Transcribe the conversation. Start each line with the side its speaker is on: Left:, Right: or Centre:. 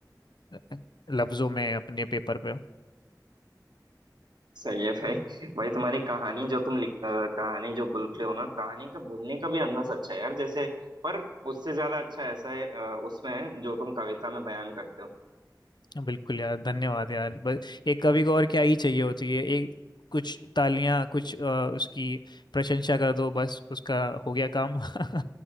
Left: अ, लफ्जों में अपने पेपर पे
Right: सही है भाई भाई तुम्हारी कहानी जो तुम लिख अ, कहानी जो बोलते हो ना कहानी का बोलने का भी अंदाज अच्छा है यार जैसे पर उससे ज्यादा अच्छा ऐसा है अ, उसमें है जो तुम कविता में बयान करते हो
Left: बिल्कुल यार धन्यवाद यार बस एक कवि को और क्या ही चाहिए होती है एक कुछ तालियां कुछ अ, उसकी प्रशंसा कर दो बस उसका हो गया काम <laughs>